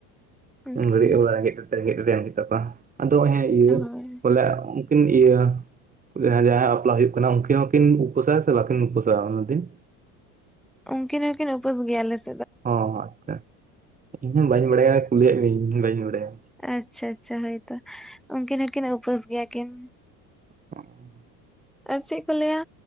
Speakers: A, in the centre; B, on the right (about 15°).
A: ᱟᱪᱪᱷᱟ
B: ᱩᱱ ᱜᱷᱟᱹᱲᱤᱡ ᱚᱵᱟᱨᱮ ᱨᱮᱸᱜᱮᱫ ᱨᱮᱸᱜᱮᱡ ᱮᱢ ᱜᱮᱛᱟ ᱠᱚᱣᱟ ᱟᱫᱚ ᱦᱮᱸ ᱤᱭᱟᱹ
A: ᱦᱳᱭ
B: ᱵᱚᱞᱮ ᱩᱱᱠᱤᱱ ᱤᱭᱟᱹ <unintelligible> ᱡᱟᱦᱟᱸᱭ ᱡᱟᱦᱟᱸᱭᱟᱜ ᱵᱟᱯᱞᱟ ᱦᱩᱭᱩᱜ ᱠᱟᱱᱟ ᱩᱱᱠᱤᱱ ᱦᱚᱸᱠᱤᱱ ᱩᱯᱟᱹᱥᱟ ᱥᱮ ᱵᱟᱠᱤᱱ ᱩᱯᱟᱹᱥᱟ ᱚᱱᱟ ᱫᱤᱱ
A: ᱩᱱᱠᱤᱱ ᱦᱚᱸᱠᱤᱱ ᱩᱯᱟᱹᱥ ᱜᱮᱭᱟ ᱟᱞᱮᱥᱮᱫ
B: ᱚ ᱟᱪᱪᱷᱟ ᱤᱧᱦᱚᱸ ᱵᱟᱹᱧ ᱵᱟᱲᱟᱭᱟ ᱠᱩᱞᱤᱭᱮᱫ ᱢᱮᱭᱟᱹᱧ ᱤᱧᱦᱚᱸ ᱵᱟᱹᱧ ᱵᱟᱲᱟᱭᱟ
A: ᱟᱪᱪᱷᱟ ᱟᱪᱪᱷᱟ ᱦᱳᱭᱛᱚ ᱩᱱᱠᱤᱱ ᱦᱚᱸᱠᱤᱱ ᱩᱯᱟᱹᱥ ᱜᱮᱭᱟ ᱠᱤᱱ
B: <inaudible>
A: ᱟᱨ ᱪᱮᱫ ᱠᱚ ᱞᱟᱹᱭᱟ